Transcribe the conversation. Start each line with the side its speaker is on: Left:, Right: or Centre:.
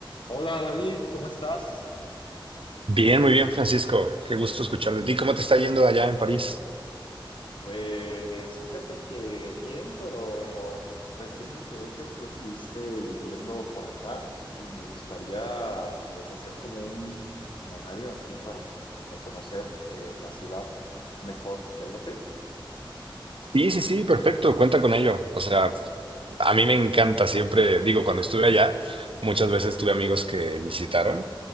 Left: Hola David, ¿cómo estás?
Right: Bien, muy bien, Francisco. Qué gusto escuchar de ti. ¿Cómo te está yendo allá en París?
Left: Pues fíjate que bien, pero pues recién me enteré que tú estuviste viviendo por acá y me gustaría pues hacer como un itinerario así para, para conocer eh, la ciudad mejor. ¿Te late?
Right: Sí, sí, sí, perfecto. Cuenta con ello. O sea, a mí me encanta siempre, digo, cuando estuve allá, muchas veces tuve
Left: Sí.
Right: amigos que visitaron